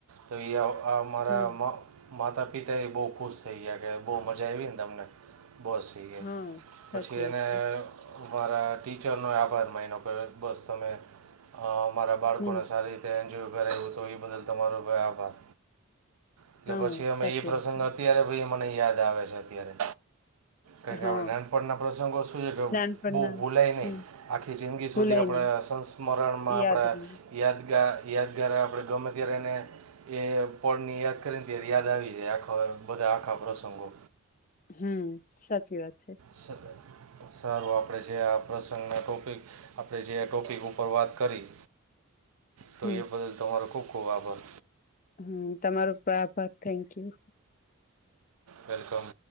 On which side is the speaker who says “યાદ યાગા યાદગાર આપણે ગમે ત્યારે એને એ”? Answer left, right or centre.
Right